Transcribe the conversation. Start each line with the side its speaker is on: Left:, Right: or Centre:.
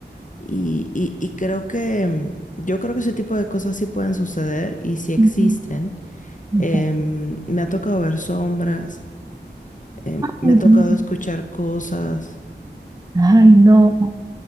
Left: y, y- y creo que em, yo creo que ese tipo de cosas sí pueden suceder y sí existen.
Right: Ujú. Ok.
Left: Em, me ha tocado ver sombras, em, me
Right: Ay,
Left: ha tocado
Right: no.
Left: escuchar cosas.
Right: Ay, no.